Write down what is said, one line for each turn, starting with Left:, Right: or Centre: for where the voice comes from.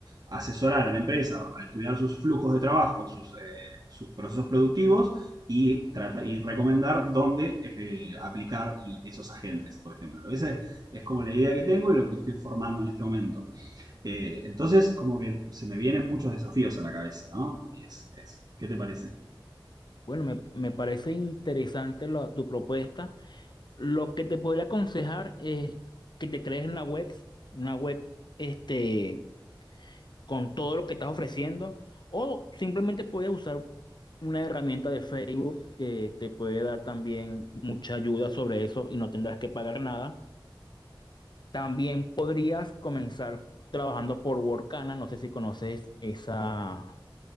Right: asesorar a la empresa, a estudiar sus flujos de trabajo, sus, eh, sus procesos productivos y, trata, y recomendar dónde eh, aplicar esos agentes, por ejemplo. Esa es, es, como la idea que tengo y lo que estoy formando en este momento. Eh, entonces, como que se me vienen muchos desafíos a la cabeza, ¿no? Y es, es, ¿Qué te parece?
Left: Bueno, me, me parece interesante la- tu propuesta. Lo que te podría aconsejar es que te crees una web, una web este, con todo lo que estás ofreciendo, o simplemente puedes usar una herramienta de Facebook que te puede dar también mucha ayuda sobre eso y no tendrás que pagar nada. También podrías comenzar trabajando por Workana, no sé si conoces esa,